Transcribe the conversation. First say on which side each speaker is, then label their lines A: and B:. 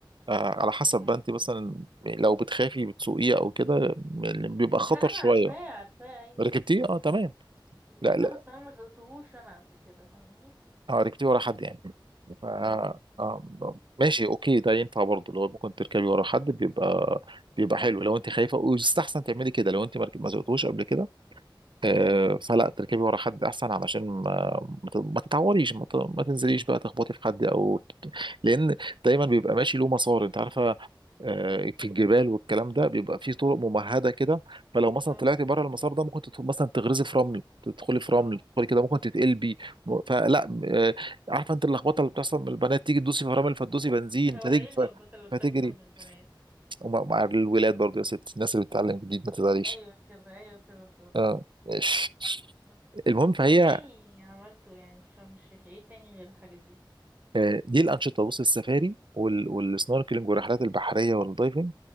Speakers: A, on the right (about 65°); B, on the right (about 20°).
A: آه على حسب
B: اوكي
A: بقى انت مثلا لو بتخافي بتسوقيه او كده بيبقى خطر
B: لا انا
A: شويه
B: عارفاه عارفاه ايوه
A: ركبتيه اه تمام
B: ركبته
A: لا لا
B: بس انا ما سوقتهوش انا قبل كده فاهمني
A: اه ركبتيه ورا حد يعني ف
B: اه
A: آم، ماشي اوكي ده ينفع برضه لو ممكن تركبي ورا حد بيبقى بيبقى حلو لو انت خايفه ويستحسن تعملي كده لو انت ما رك- ما سوقتوش قبل كده آه،
B: مم.
A: فلا تركبي ورا حد احسن علشان ما ما ت- ما تتعوريش ما ت- ما تنزليش بقى تخبطي في حد او ت- لان دايما بيبقى ماشي له مسار انت عارفه آه، في الجبال والكلام ده بيبقى في طرق ممهده كده فلو مثلا
B: اه
A: طلعتي بره المسار ده ممكن تت- مثلا تغرزي في رمل تدخلي في رمل
B: اه
A: تدخلي كده ممكن تتقلبي م- فلا آه، عارفه انت اللخبطه اللي بتحصل من البنات تيجي تدوسي في رمل فتدوسي بنزين
B: هو
A: فتجري
B: ايه اللخبطة اللي بتحصل
A: فتجري
B: من البنات
A: ومع مع الولاد برضه يا ست الناس اللي بتتعلم جديد ما تزعليش
B: ايوه كده ايوه كده بالظبط
A: اه ماشي.
B: مم.
A: المهم فهي
B: ايه تاني عملته يعني في شرم الشيخ ايه تاني غير الحاجات دي
A: آه، دي الانشطه بص السفاري وال- والسنوركلينج والرحلات البحريه والدايفنج